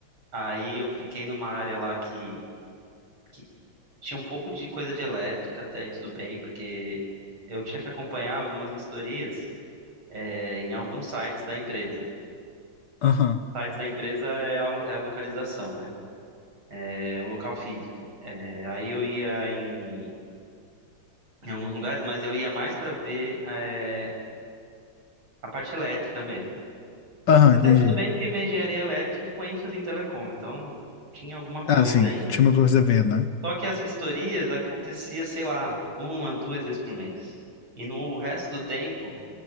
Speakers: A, on the right (about 70°); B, on the left (about 60°).
A: Aí eu fiquei numa área lá que, que Tinha um pouco de coisa de elétrica até e tudo bem, porque eu tinha que acompanhar algumas vistorias, é, em alguns sites da empresa.
B: Aham.
A: Sites da empresa é a, é a localização, né? É o local físico. É, aí eu ia em, em alguns lugares, mas eu ia mais para ver, é, a parte elétrica mesmo.
B: Aham,
A: Até
B: entendi.
A: tudo bem, porque minha engenharia é elétrica é com ênfase em telecom, então tinha alguma coisa
B: Ah, sim.
A: ainda.
B: Tinha uma coisa a ver, né?
A: Só que as vistorias acontecia, sei lá, uma, duas vezes por mês. E no resto do tempo,